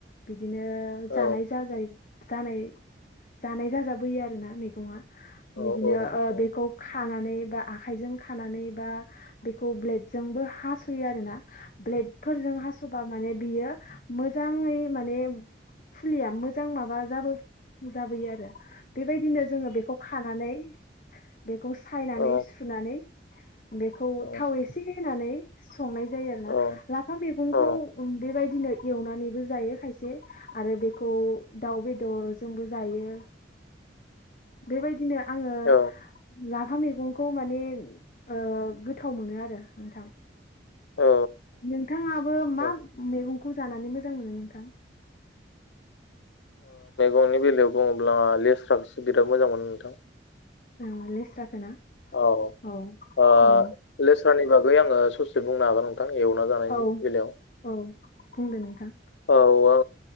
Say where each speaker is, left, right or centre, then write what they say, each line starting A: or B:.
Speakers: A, on the left; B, on the left.
A: बिदिनो
B: औ
A: जानाय जाजाय जानाय जानाय जाजाबोयो आरोना मैगङा बिदिनो
B: औ औ
A: ओ
B: औ
A: बेखौ खानानै बा आखाइजों खानानै बा बेखौ बेल्दजोंबो हास' फैयो आरोना ब्लेडफोरजों हास'बा माने बियो मोजाङै माने फुलिया मोजां माबा जाबो जाबोयो आरो बेबायदिनो जोंङो बेखौ खानानै बेखौ सायनानै
B: औ
A: सुनानै बेखौ
B: औ
A: थाव एसे होनानै संनाय जायो आरोना
B: औ
A: लाफा मैगंखौ
B: औ
A: बेबायदिनो एवनानैबो जायो खायसे आरो बेखौ दाउ बेदरजोंबो जायो।
B: <inaudible>
A: बेबायदिनो आंङो
B: औ
A: लाफा मैगंखौ माने ओ गोथाव मोनो आरो नोंथां
B: औ
A: नोंथाङाबो मा
B: औ
A: मैगं खौ जानानै मोजां मोनो नोंथां?
B: गंनि बेलायाव बुङोब्ला लेस्राखौसो बिराद मोजां मोनो नोंथां।
A: औ लेस्राखो ना
B: औ
A: औ
B: ओ
A: औ
B: लेस्रानि बागै आंङो ससे बुंनो हागोन नोंथां एवना जानायनि
A: औ
B: बेलायाव
A: औ बुंदो नोंथां
B: औ <unintelligible>